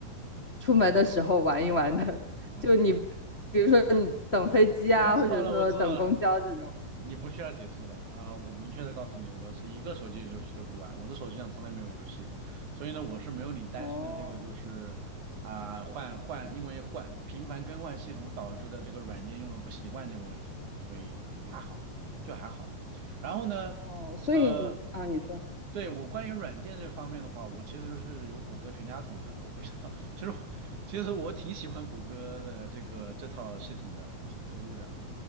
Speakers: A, on the left; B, on the right.
A: 出门的时候玩一玩的，
B: 啊啊啊，OK
A: <laughs> 就你
B: OK，
A: 比如说你等飞机啊，
B: 我我我知道了，
A: 或者说等公交这种。
B: 我知道了。你不需要解释了啊、我明确的告诉你，我是一个手机游戏都不玩，我的手机上从来没有游戏，所以呢，我是没有你担心的这个就是啊、
A: 哦
B: 换换因为换频繁更换系统导致的这个软件用的不习惯这个问题的，所以还好，就还好。然后呢，
A: 哦，所以你啊，
B: 呃，
A: 你说，
B: 对我关于软件这方面的话，我其实是有谷歌全家桶的，我不知道，<laughs> 其实我其实我挺喜欢谷歌的这个这套系统的挺服务的，